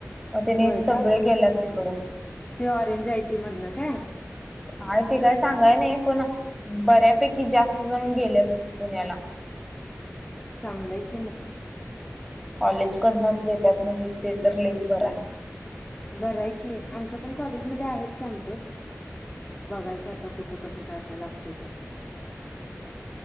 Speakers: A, in the centre; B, on the left (about 20°).
A: मग त्यांनी
B: होय
A: सगळे
B: का
A: गेल्यात तिकडं
B: ते ऑरेंज आयटी मधन काय?
A: हय ते काय सांगाय नाही पण बऱ्यापैकी जास्त जण गेले ते पुण्याला
B: चांगलंय की मग
A: कॉलेज कडनच देतात म्हणजे ते तर लईच बरं आहे.
B: बरं आहे की आमच्या पण कॉलेजमध्ये आहेत कॅम्पस. बघायचं आता कुठं कसं काय काय लागते ते.